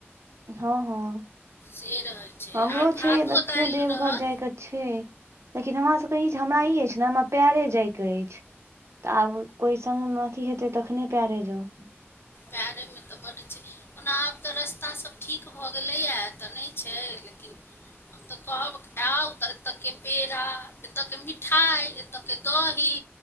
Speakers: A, on the right; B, on the left.
A: हँ हँ
B: से रहै छै
A: हमरो
B: आर भातो
A: छै देखियौ
B: दालि
A: देवघर
B: रहत
A: जाइके छै। लेकिन हमरासभके ई हमरा ई अइछ न हमरा पेरे जायके अछि। तऽ आब कोइ संग मे अथी हेतै तखने पैरे जाऊ। <inaudible>
B: पैरेमे तऽ बड्ड छै ओना आब तऽ रस्ता सब ठीक भऽ गेलैया तऽ नहि छै लेकिन।
A: <inaudible>
B: हम तऽ कहब आउ तऽ एतयके पेड़ा एतयके मिठाई एतयके दही।